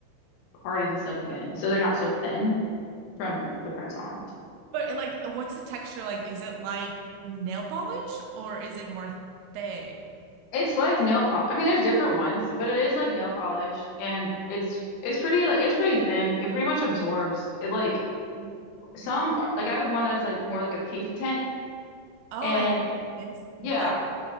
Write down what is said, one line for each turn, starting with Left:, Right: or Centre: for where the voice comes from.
Left: hardens them again. So they're not so thin from the press
Right: Really?
Left: ons.
Right: But like, what's the texture like? Is it like nail polish or is it more thick?
Left: It's like nail polish. I mean, there's different ones, but it is like nail polish and it's it's pretty like it's pretty thin. It pretty much absorbs. It like
Right: Mhm.
Left: some like I have one that's like more like a pink tint
Right: Oh,
Left: and
Right: and it's,
Left: Yeah,
Right: like,